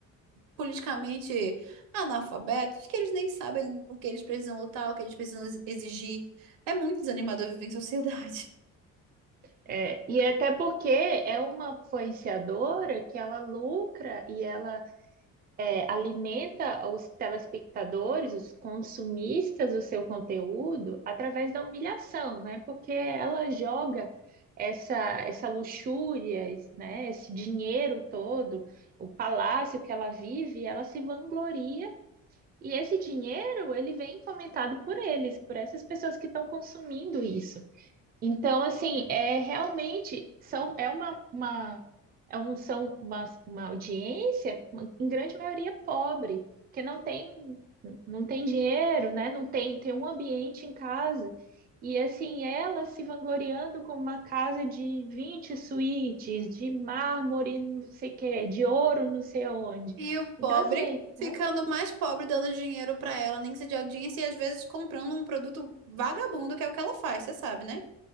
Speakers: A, on the right (about 75°); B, on the right (about 30°).
A: politicamente analfabetos que eles nem sabem o que eles precisam lutar, o que eles precisam ex- exigir. É muito desanimador viver em sociedade. <laughs>
B: É, e até porque é uma influenciadora que ela lucra e ela é, alimenta os telespectadores, os consumistas do seu conteúdo através da humilhação, né? Porque ela joga essa essa luxúria, esse, né? Esse dinheiro todo, o palácio que ela vive, ela se vangloria e esse dinheiro ele vem fomentado por eles, por essas pessoas que estão consumindo isso. Então, assim, é realmente são, é uma, uma, é um, são uma, uma audiência, uma- em grande maioria, pobre, que não tem, não tem dinheiro, né? Não tem, tem um ambiente em casa. E assim, ela se vangloriando com uma casa de 20 suítes, de mármore, não sei o quê, de ouro, não sei aonde.
A: E o pobre
B: Então, assim,
A: ficando
B: é
A: mais pobre, dando dinheiro pra ela, nem que seja de audiência, e às vezes comprando um produto vagabundo, que é o que ela faz, você sabe, né?